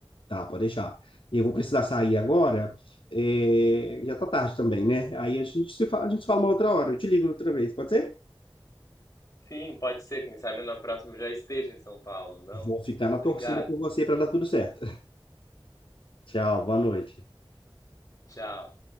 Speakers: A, on the left; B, on the left.
A: Tá, pode deixar. Eu vou precisar sair agora. é, já tá tarde também, né? Aí a gente se fala, a gente se fala uma outra hora. Eu te ligo outra vez, pode ser?
B: Sim, pode ser. Quem sabe na próxima eu já esteja em São Paulo, não?
A: Vou ficar na torcida
B: Obrigado.
A: por você para dar tudo certo. <laughs> Tchau, boa noite.
B: Tchau.